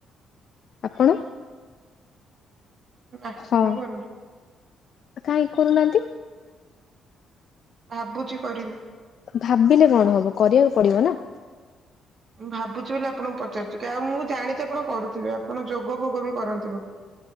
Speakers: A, on the left (about 60°); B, on the right (about 50°).
A: ଆପଣ
B: ନା
A: ହଁ।
B: ମୁଁ କରନି।
A: କାହିଁ କରୁନାହାନ୍ତି।
B: ଭାବୁଛି କରିବି।
A: ଭାବିଲେ କଣ ହବ କରିବାକୁ ପଡିବ ନା?
B: ଭାବୁଛି ବୋଲି ଆପଣଙ୍କୁ ପଚାରୁଛି। କି ଆଉ ମୁଁ ଜାଣିଛି ଆପଣ କରୁଥିବେ ଆପଣ ଯୋଗ ଫୋଗ ବି କରନ୍ତି ବୋଧେ।